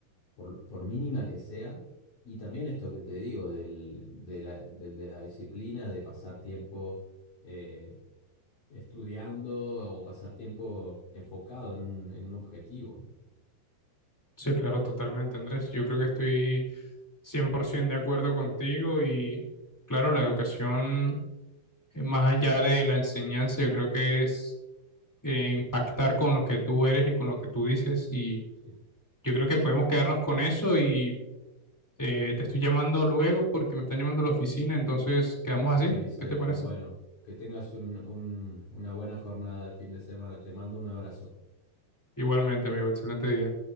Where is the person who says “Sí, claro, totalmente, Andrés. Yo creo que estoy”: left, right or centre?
Centre